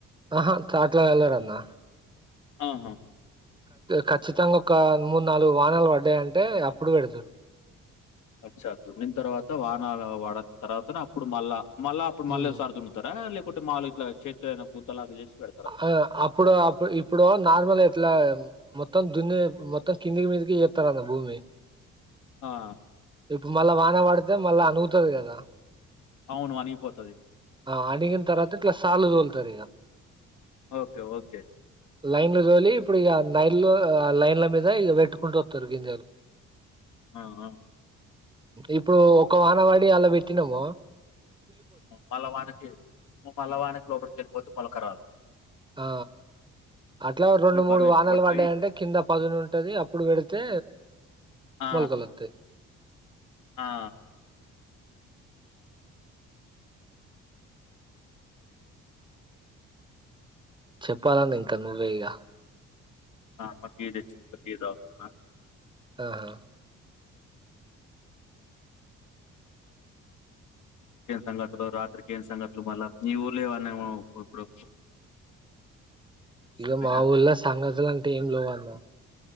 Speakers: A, on the right; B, on the left.
A: ఆహా కాట్ల వెళ్ళారన్న
B: ఆహా
A: ఖచ్చితంగా ఒక మూడు నాలుగు వానాలు పడ్డాయంటే అప్పుడు పెడతారు
B: ఆచ్చ తుడిన తర్వాత వాహనలు వాడ తర్వాత అప్పుడు మళ్ళా మళ్ళా అప్పుడు మళ్ళీ
A: ఉమ్
B: సర్దున్నంటారా లేకుంటే మాళు ఇట్లా చేత్యినా గుత్తలాగా చేసి పెడతారా
A: ఆ అప్పుడు అప్పు ఇప్పుడు నార్మల్ ఎట్లా మత్తం దున్న మత్తొం కిందకి మిందకి ఇర్తార నా భూమి
B: ఆ
A: ఇప్పుడు మళ్ళా వాన పడితే మళ్ళా అనుగుతుది కదా
B: అవును అనిగిపోతది.
A: ఆ అడిగిన తర్వాత ఇట్లా సాలు తోలుతారు ఇక
B: ఓకే ఓకే
A: లైన్లు చోలి ఇప్పుడు ఇక లైన్ లో లైన్ల మీద ఇ పెట్టుకుంటూ వస్తారు గింజాలు
B: ఆ ఆా
A: ఇప్పుడు ఒక వానవాడి అలా పెట్టినాముో
B: మల్లవానికి మల్లవానికి లోపలికి వెళ్ళిపోతే మొలకరాదు
A: ఆ అట్లా రెండు మూడు
B: బరువు
A: వానలు
B: ఎక్కువ పడిపోయి
A: పడ్డాయంటే కింద పదును ఉంటది అప్పుడు పెడితే
B: ఆ!
A: మల్ కలర్తే
B: ఆ! ఆ
A: చెప్పాలండి ఇంకా నువ్వే ఇగా
B: పటి <unintelligible>
A: ఆహా
B: సంగతులు రాత్రికిన సంగతులు మళ్ళా మీ ఊర్లో ఏవన్నా ఇప్పుడు
A: ఇక
B: ఉంటాయా?
A: మాఊల్లా సంగతులు అంటే ఏం లో అన్నా